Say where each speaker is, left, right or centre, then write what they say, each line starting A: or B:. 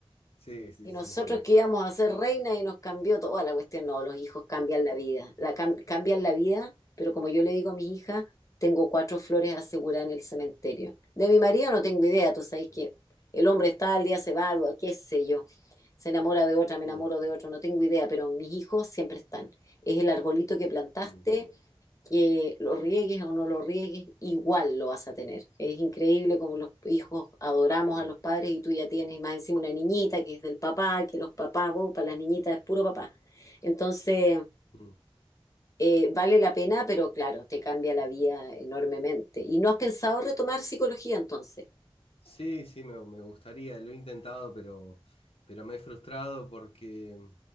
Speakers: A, on the left; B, on the left.
A: Sí, sí,
B: Y
A: sí,
B: nosotros
A: sí.
B: que íbamos a ser reina y nos cambió toda la cuestión. No, los hijos cambian la vida, la cam- cambian la vida, pero como yo le digo a mis hijas, tengo cuatro flores aseguradas en el cementerio. De mi marido no tengo idea, tú sabes que
A: Mm,
B: el hombre está al día se va, qué sé yo, se enamora de otra, me enamoro
A: mm,
B: de otro, no tengo idea, pero mis hijos siempre están. Es el arbolito que plantaste,
A: mm,
B: que lo riegues o no lo riegues, igual lo vas a tener. Es increíble como los hijos adoramos
A: mm.
B: a los padres y tú ya tienes más encima una niñita que es del papá, que los papás, vos, para las niñitas es puro papá. Entonces,
A: mm.
B: eh, vale la pena, pero claro, te cambia la vida enormemente. ¿Y no has pensado retomar psicología entonces?
A: Sí, sí, me, me gustaría, lo he intentado, pero, pero me he frustrado porque